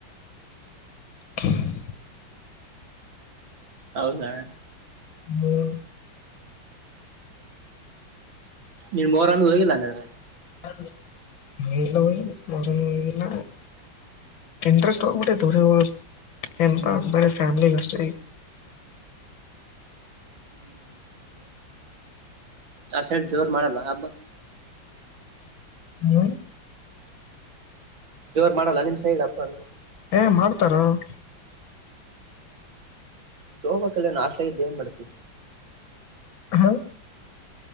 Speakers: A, on the left; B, on the right.
A: <unintelligible>
B: ಹೌದಾ <inaudible>
A: ಹ್ಮ್
B: ನಿನ್ ಮೋರಾಮ್ದ ಹೋಗಿಲ್ಲ ಅಂಗಾದ್ರೆ <inaudible>
A: ಹ <inaudible> ಹಲ್ಲ ಮರಲ್ಲಲ್ಲ ಇಂಟ್ರೆಸ್ಟ್ ಆಗ ಕಊಟೆ ದೂರ ಎಪ
B: ಹ್ಮ್
A: ಬಳ ಫ್ಯಾಮಿಲಿಿ ಕಷ್ಟ ಈ <inaudible>
B: ಹ್ಮ್್ಮ <inaudible> ಅಸೆ ಜೋರ್ ಮಾಡಲ್ಲ ಹಬ್ಬಾ <inaudible>
A: ನೀ್ಮ <inaudible>
B: ಜೋರ್ ಮಾಡಲ್ಲ ನಿಮ್ ಸೈಡ್ ಹಪ್ಪ ಅಂದ <inaudible>
A: ಏ ಮಾಡ್ತಾರಾ <inaudible>
B: ತೋಬ ಕಲ್ಲ ನಾಶಲಾಗಿದ್ದೇವ್ ಮಾಡ್ತಿ <inaudible>
A: ಹ